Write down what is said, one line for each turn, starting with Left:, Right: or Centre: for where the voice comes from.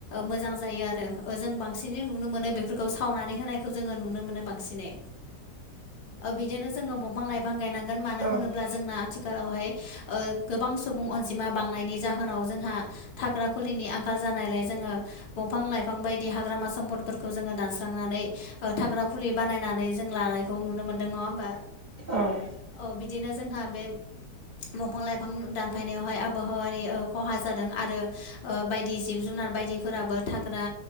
Left: मोजां जायो आरो जों बांसिन नुनो मोनो बेफोरखौ सावनानै होनाय। जोंङो नुनो मोनो बांसिनै बिदिनो जोंङो दंफां लायफां बां गायनांगोन मानो
Right: औ
Left: होनोब्ला
Right: औ
Left: जोंना आथिखालावहाय गोबां सुबुं अनजिमा बांनायनि जाहोनाव जोंहा थाग्रा खुलिनि आंखाल आंखाल जानायलाय जोंङो दंफां लाइफां बायदि हाग्रामा सम्फदफोरखौ जोंङो दानस्रांनानै थाग्रा खुलि बानायनानै जों लानायखौ नुनो मोन्दों नंङा होमबा
Right: औव
Left: औ बिदिनो जोंहा बे दंफां लाइफां दानफायनायावहाय आबहावानि खहा जादों आरो बायदि जिब जुनार बायदिफोराबो थाग्रा